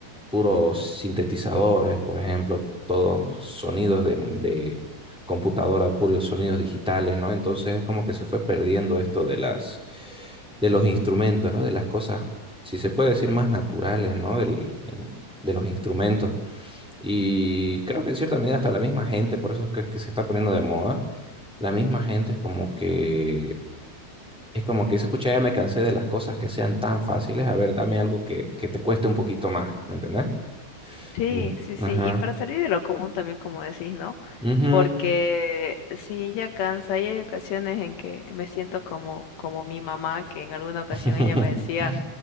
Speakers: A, in the centre; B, on the left.
A: puros sintetizadores, por ejemplo, todos sonidos de, de computadora, puros sonidos digitales, ¿no? Entonces es como que se fue perdiendo esto de las, de los instrumentos, ¿no? De las cosas, si se puede decir, más naturales, ¿no? Del, el- de los instrumentos. Y creo que en cierta medida hasta la misma gente, por eso es que, que se está poniendo de moda, la misma gente es como que, es como que dice, pucha, ya me cansé de las cosas que sean tan fáciles, a ver, dame algo que, que te cueste un poquito más, ¿me entendés?
B: Sí,
A: Mm.
B: sí,
A: Ajá.
B: sí. Y para salir de lo común también, como decís, ¿no?
A: Ujú.
B: porque sí, ya cansa. hay ocasiones en que me siento como, como mi mamá, que en alguna ocasión
A: <laughs>
B: ella me decía,